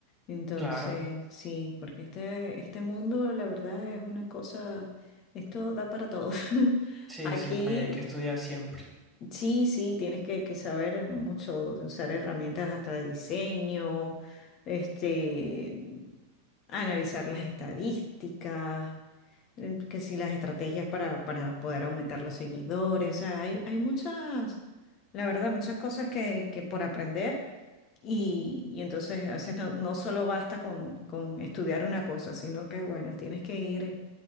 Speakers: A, on the left; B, in the centre.
A: Entonces,
B: claro.
A: sí, porque este, este mundo, la verdad, es una cosa, esto da para todos. <laughs>
B: Sí,
A: Aquí
B: sí, no, y hay que estudiar siempre.
A: Sí, sí, tienes que, que saber mucho, usar herramientas hasta de diseño, este, analizar las estadísticas, eh, que si las estrategias para, para poder aumentar los seguidores, o sea, hay, hay muchas, la verdad, muchas cosas que, que por aprender y, y entonces a veces no, no solo basta con, con estudiar una cosa, sino que, bueno, tienes que ir